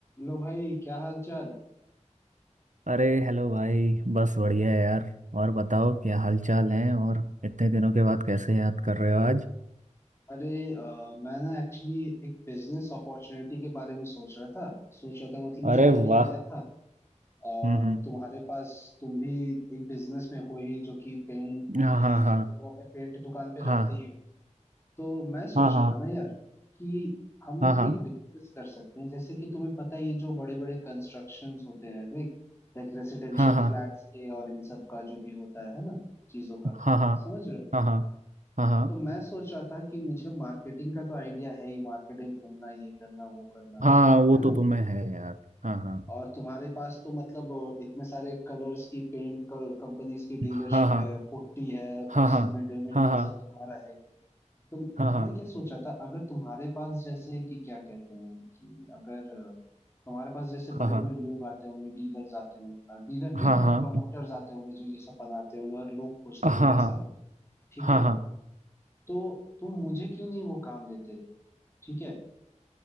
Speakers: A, on the left; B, on the right.
A: लो भाई क्या हाल चाल
B: अरे हेलो भाई बस बढ़िया है यार और बताओ क्या हालचाल है और इतने दिनों के बाद कैसे याद कर रहे हो आज
A: अरे अ, मैं ना एक्चुअली एक बिजनेस अपॉर्चुनिटी के बारे में सोच रहा था सोच रहा था मतलब मुझे
B: अरे
A: आइडिया
B: वाह
A: आया था और
B: हम्म हम्म
A: तुम्हारे पास तुम भी एक बिजनेस में हो ही जो कि पेंट पुट्टी
B: हाँ
A: ये सब
B: हाँ
A: तो तुम अपने पेंट दुकान पे
B: हाँ
A: रखते ही हो तो मैं सोच
B: हाँ हाँ
A: रहा था ना यार कि हम
B: हाँ हाँ
A: एक बिजनेस कर सकते हैं जैसे कि तुम्हें पता है ये जो बड़े बड़े कंस्ट्रक्शंस होते हैं लाइक रेसिडेंशियल
B: हाँ
A: फ्लैट्स के और इन सब का जो भी होता है है ना चीजों का
B: हाँ हाँ
A: समझ रहे हो?
B: हाँ हाँ हाँ हाँ हाँ हाँ हाँ,
A: तो मैं सोच रहा था कि मुझे मार्केटिंग का तो आइडिया है ही मार्केटिंग घूमना ये करना वो करना
B: हाँ, वो
A: है
B: तो
A: ना
B: तुम्हें है यार हाँ हाँ
A: और तुम्हारे पास तो मतलब अ, इतने सारे कलर्स की पेंट कंपनीज की डीलरशिप
B: हाँ हाँ
A: है पुट्टी है और
B: हाँ
A: सीमेंट
B: हाँ
A: वेमेंट ये
B: हाँ
A: सब तुम्हारा है ही। तो
B: हाँ हाँ
A: मैं क्या सोच रहा था अगर तुम्हारे पास जैसे कि क्या कहते हैं कि अगर अ, तुम्हारे पास जैसे बड़े
B: हाँ हाँ
A: बड़े लोग आते होंगे डीलर्स आते होंगे डीलर नहीं
B: हाँ
A: मतलब
B: हाँ हाँ
A: प्रमोटर्स आते होंगे जो ये सब बनाते होंगे और लोग खोजते
B: हाँ
A: होंगे ऐसा ठीक
B: हाँ
A: है
B: हाँ हाँ।
A: तो तुम मुझे क्यों नहीं वो काम देते ठीक है